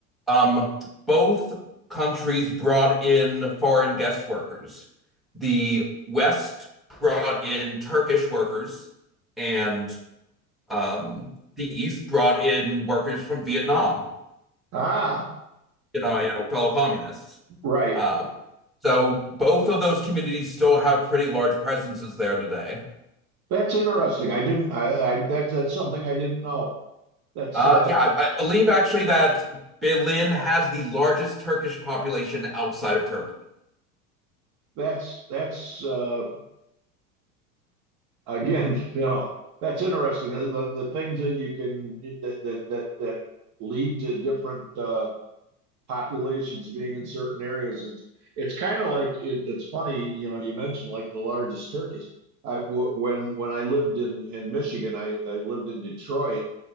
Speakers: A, in the centre; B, on the right (about 40°).
A: um, both countries brought in foreign guest workers. The West brought in Turkish workers, and um, the East brought in workers from Vietnam,
B: Ah,
A: you know, you know, fellow communists.
B: right.
A: Um, so both of those communities still have pretty large presences there today.
B: That's interesting. I didn't I, I that's that's something I didn't know. That's
A: Uh,
B: uh
A: yeah, I, I believe actually that Berlin has the largest Turkish population outside of Turkey.
B: that's that's uh again, <laughs> you know, that's interesting. The the, the things that you can that that that, that lead to different uh populations being in certain areas. It's it's kind of like it, it's funny, you know. You mentioned like the largest turkeys. I w- when when I lived in in Michigan, I, I lived in Detroit